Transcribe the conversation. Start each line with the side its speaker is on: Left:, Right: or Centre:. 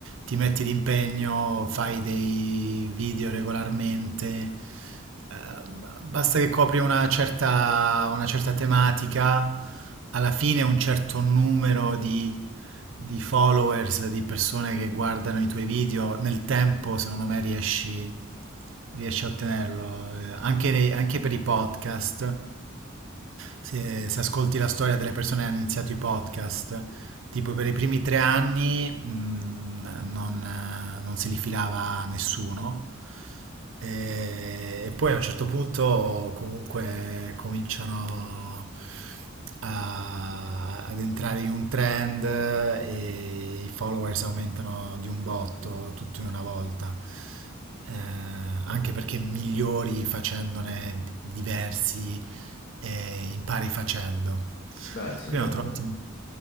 Right: ti metti d'impegno, fai dei video regolarmente, eh, basta che copri una certa, una certa tematica, alla fine un certo numero di di followers, di persone che guardano i tuoi video, nel tempo secondo me riesci, riesci a ottenerlo. Eh, Anche, nei- anche per i podcast, se, se ascolti la storia delle persone che hanno iniziato i podcast, tipo per i primi tre anni mh, non, eh, non se li filava nessuno. E e poi a un certo punto comunque cominciano, a- ad entrare in un trend eh, e i followers aumentano di un botto tutto in una volta. Eh, anche perché migliori facendone diversi e impari facendo.
Left: Beh, sì,
Right: Quindi
Left: è vero,
Right: ho trovato,
Left: vero.